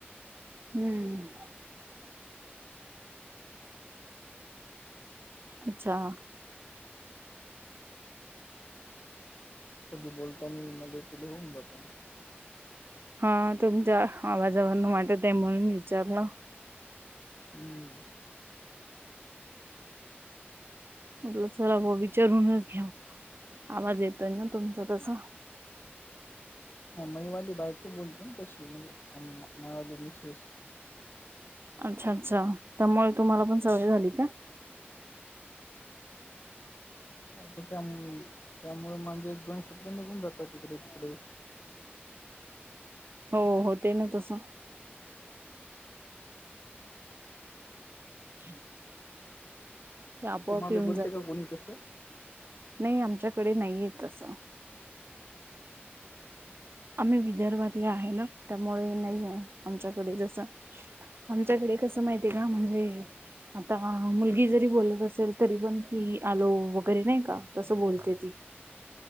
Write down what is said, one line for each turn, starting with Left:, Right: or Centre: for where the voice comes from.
Right: हम्म. अच्छा.
Left: क बोलता आणि मध्ये त होऊन जात.
Right: हा तुमच्या आवाजावरून वाटत आहे म्हणून विचारलं?
Left: हम्म.
Right: म्हटलं चला विचारूनच घ्याऊ आवाज येतय ना तुमचं तस.
Left: ह महिवाली बायक खू बोलते ना तशी म्हणजे मवा मशेष.
Right: अच्छा अच्छा त्यामुळे तुम्हाला पण सवय झाली का?
Left: हो त्यामु त्यामुळे म्हणजे एक जण सुद्धा निघून जातात तिकडे तिकडे.
Right: हो हो ते ना तसं. <unintelligible> ते आपोआप
Left: तुम्हाला
Right: येऊन
Left: बोलते
Right: जातात.
Left: काय कोण यित सर.
Right: नाही आमच्याकडे नाहीयेत तसं. आम्ही विदर्भातले आहे ना त्यामुळे नाही आहे आमच्याकडे जस. आमच्याकडे कसं माहिती आहे का म्हणजे? आता मुलगी जरी बोलत असेल तरी पण की आलो वगैरे नाही का तसं बोलते ती?